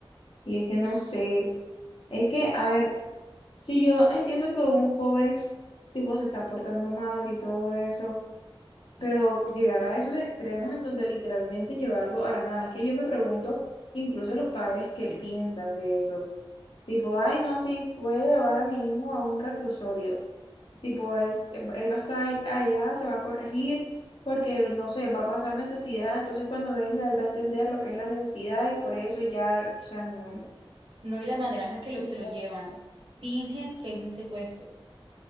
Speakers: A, on the left; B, on the right.
A: Y es que no sé, es que, a ver. Sí, yo entiendo que un joven tipo se está portando mal y todo eso, pero llegar a esos extremos en donde literalmente llevarlo a la nada, es que yo me pregunto, incluso los padres, ¿qué piensan de eso? Tipo, ay, no, sí, puede llevar a mi hijo a un reclusorio. Tipo, él, él va a estar allá, se va a corregir, porque él, no sé, va a pasar necesidad, entonces cuando venga él va a entender lo que es la necesidad y por eso ya, o sea, no,
B: No, y la manera en la que lo,
A: no,
B: se lo llevan. Fingen que es un secuestro.